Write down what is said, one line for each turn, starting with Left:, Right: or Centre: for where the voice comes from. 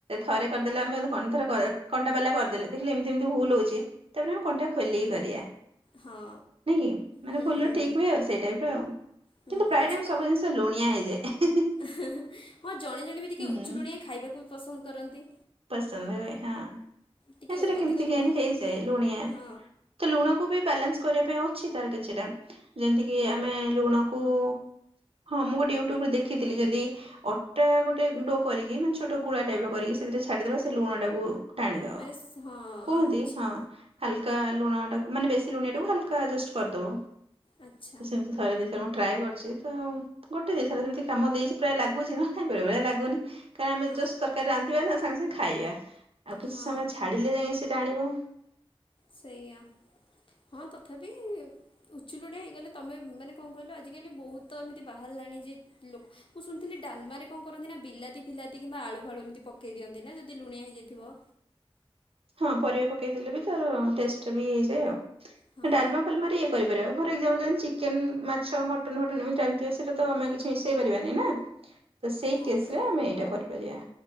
Right: ଥରେ କରିଦେଲେ ଆମେଥ କଣ କଣ୍ଟା ବାଲା କରିଦେଲେ ଦେଖିଲେ ଏମିତି ଏମିତି ଭୁଲ ହଉଛି। ତାପରେ ଆମେ କଣ୍ଟା ଖୋଲିକି କରିବା।
Left: ହଁ।
Right: ନାଇଁ କି ମାନେ
Left: ହୁଁ
Right: ଭୁଲ
Left: ହୁଁ
Right: ରୁ ହିଁ ଠିକ
Left: ହୁଁ
Right: ହୁଏ ଆଉ ସେଇ ଟାଇପ ର ଆଉ।
Left: ହୁଁ
Right: କିନ୍ତୁ ପ୍ରାୟ
Left: ଆଚ୍ଛା
Right: ଟାଇମ
Left: ତ
Right: ସବୁ ଜିନିଷ ଲୁଣିଆ ହେଇଯାଏ ହେଁ ହେଁ।
Left: ହଁ ଜଣେ ଜଣେ ବି ଟିକେ
Right: ହୁଁ।
Left: ଉଚୁ ଲୁଣିଆ ଖାଇବାକୁ ବି ପସନ୍ଦ କରନ୍ତି।
Right: ପସନ୍ଦ ହୁଏ ହଁ
Left: ଟିକେ
Right: ସେଟା
Left: ଅଧିକ
Right: କେମିତି
Left: ଲୁଣ
Right: କେଇଯାନି ହେଇଯାଏ ଲୁଣିଆ।
Left: ହଁ
Right: ତ ଲୁଣକୁ ବି ବାଲାନ୍ସ କରିବା ପାଇଁ ଅଛି ତାର କିଛିଟା। ଯେମତିକି ଆମେ ଲୁଣକୁ ହଁ ମୁଁ ଗୋଟେ ୟୁଟ୍ୟୁବରେ ଦେଖିଥିଲି ଯଦି ଅଟା ଗୋଟେ ଡୋ କରିକି ମାନେ ଛୋଟ ଗୁଳା ଟାଇପର କରିକି ସେଥିରେ ଛାଡିଦବା ସେ ଲୁଣ ଟାକୁ ଟାଣିଦବ
Left: ମାନେ ସ- ହଁ
Right: କୁହନ୍ତି
Left: ଆଚ୍ଛା
Right: ହଁ। ହାଲକା ଲୁଣ ଟାକୁ ମାନେ ବେଶୀ ଲୁଣିଆ ଟାକୁ ହାଲକା ଜଷ୍ଟ କରିଦବ
Left: ଆଚ୍ଛା
Right: ସେମ। ଥରେ ଦୁଇଥରେ ମୁଁ ଟ୍ରାଏ କରିଛି ତ ଗୋଟେ ଦିଇଥର ସେମତି କାମ ଦେଇଛି ପ୍ରାୟ ଲାଗୁଛି ନା ନାଇଁ ବେଳେ ବେଳେ ଲାଗୁନି। କାହିଁକି ନା ଆମେ
Left: ହଁ
Right: ଜଷ୍ଟ ତରକାରୀ ରାନ୍ଧିବା ସାଙ୍ଗେ ସାଙ୍ଗେ ଖାଇବା। ଆଉ କିଛି
Left: ହଁ
Right: ସମୟ ଛାଡିଲେ ଯାଇ ସେଇଟା ଟାଣିବ।
Left: ସେଇଆ ହଁ ତଥାପି ଉଚୁ ଲୁଣିଆ ହେଇଗଲେ ତମେ ମାନେ କଣ କହିଲ ଆଜିକାଲି ବହୁତ ତ ଏମିତି ବାହାରିଲାଣି ଯେ ଲୋ ମୁଁ ଶୁଣିଥିଲି ଡାଲମାରେ କଣ କରନ୍ତି ନା ବିଲାତି ଫିଲାତି କିମ୍ବା ଆଳୁ ଫାଳୁ ଏମିତି ପକେଇ ଦିଅନ୍ତି ନା ଯଦି ଲୁଣିଆ ହେଇଯାଇଥିବ।
Right: ହଁ ପରିବା ପକେଇ ଦେଲେ ବି ତାର ଟେଷ୍ଟ ଟା ବି ଇଏ ହେଇଯାଏ ଆଉ।
Left: ହଁ
Right: ଡାଲମା ଫାଲମାରେ କରିପାରିବା ଫର୍ ଏକ୍ସାମ୍ପ୍ଲ ଯେମିତି ଚିକେନ ମାଛ ମଟନ୍ ଫଟନ ଏମିତି ଜାଣିଥିବ ସେଇଟା ତ ଆମେ କିଛି ମିଶେଇ ପାରିବାନିନା। ତ ସେଇ
Left: ହଁ
Right: କେସ
Left: ପରା
Right: ରେ ଆମେ ଏଇଟା କରିପାରିବା